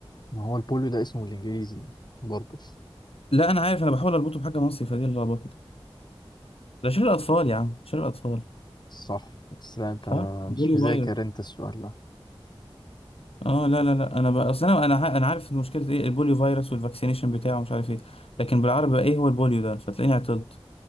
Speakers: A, on the left; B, on the left.
A: ما هو البوليو ده اسمه الانجليزي برضه
B: لا أنا عارف أنا بحاول أربطه بحاجة مصري فدي اللي لخبطتني ده شر الاطفال يا عم شر الاطفال
A: صح بس لا انت
B: صح بوليو
A: مش مذاكر
B: فيروس
A: انت السؤال ده
B: اه لا لا لا انا بقى اصل انا انا ع- انا عارف ان مشكله ايه البوليو فيروس والفاكسينيشن بتاعه مش عارف ايه لكن بالعربي بقى ايه هو البوليو ده فتلاقيني عطلت